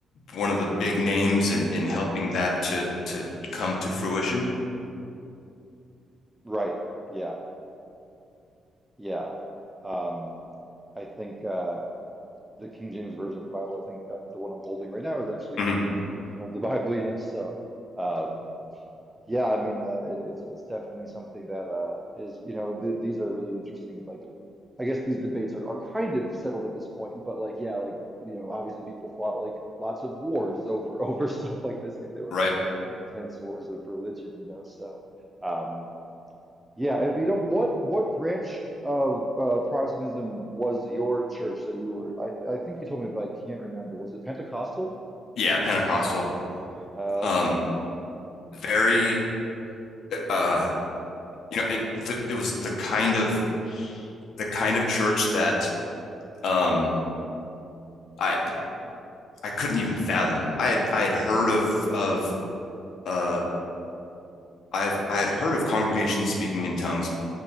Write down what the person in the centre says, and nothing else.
Right. Yeah. Yeah. Um, I think uh, the King James version of the Bible, I think um, the one I'm holding right now is actually
the King James version of the Bible, you know. So, um, yeah, I mean, uh, it, it's it's definitely something that uh, is, you know, th these are really interesting, like. I guess these debates are, are kind of settled at this point, but like, yeah, like, you know, obviously people fought like lots of wars over over <laughs> stuff like this. Like there were
intense wars of religion, you know. So um yeah, if you don't what what branch of uh Protestantism was your church that you were I, I think you told me, but I can't remember. Was it Pentecostal?
Uh,
okay.